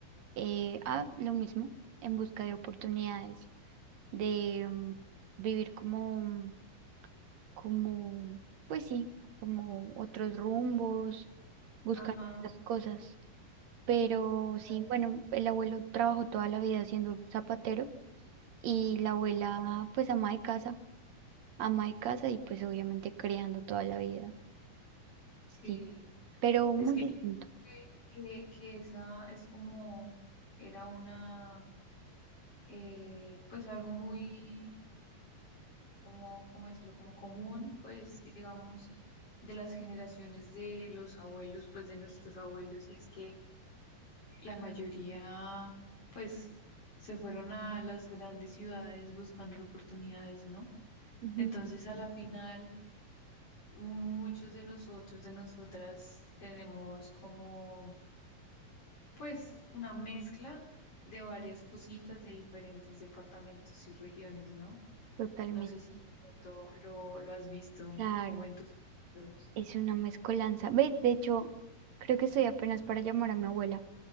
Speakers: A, on the right (about 60°); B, on the left (about 40°).
A: eh, a lo mismo, en busca de oportunidades, de mm, vivir como, como, pues sí, como otros rumbos, buscar
B: Ajá,
A: otras cosas. Pero sí,
B: claro,
A: bueno, el abuelo trabajó toda la vida siendo zapatero y la abuela, pues ama de casa, ama de casa y pues obviamente creando toda la vida, sí,
B: sí.
A: pero muy
B: Es que,
A: distinto.
B: que, que que esa es como, era una, eh, pues algo muy, como, ¿cómo decirlo? Como común, pues digamos, de las generaciones de los abuelos, pues de nuestros abuelos. Y es que La mayoría, pues, se fueron a las grandes ciudades buscando oportunidades, ¿no?
A: Ujú,
B: Entonces, a la final, muchos de nosotros, de nosotras, tenemos como, pues, una mezcla de varias cositas de diferentes departamentos y regiones, ¿no?
A: Totalmente,
B: No sé si de pronto lo, lo has visto
A: claro.
B: como en tus amigos.
A: Es una mezcolanza. Ve, de hecho, creo que estoy apenas para llamar a mi abuela.